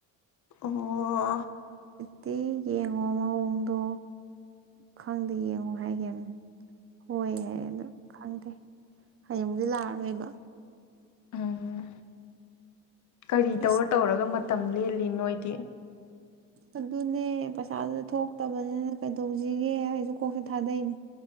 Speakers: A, on the left; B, on the right.
A: ꯋꯥ
B: ꯇꯤ ꯌꯦꯡꯉꯣ ꯃꯑꯣꯡꯗꯣ ꯈꯪꯗꯦ ꯌꯦꯡꯉꯣ ꯍꯥꯏꯒꯦ ꯍꯣꯏ ꯌꯥꯏ ꯑ ꯈꯪꯗꯦ ꯍꯌꯦꯡꯗꯤ ꯂꯥꯛꯑꯔꯣꯏꯕ
A: ꯎꯝ ꯀꯔꯤ ꯇꯧꯔ
B: ꯑꯁ
A: ꯇꯧꯔꯒ ꯇ ꯂꯦꯜꯂꯤ ꯅꯣꯏꯗꯤ
B: ꯑꯗꯨꯅꯦ ꯄꯩꯁꯥꯗꯨꯗ ꯊꯣꯛꯇꯕꯅꯤꯅ ꯀꯩꯗꯧꯁꯤꯒꯦ ꯑꯩꯁꯨ ꯀꯣꯛꯁꯨꯦ ꯊꯥꯗꯩꯅꯦ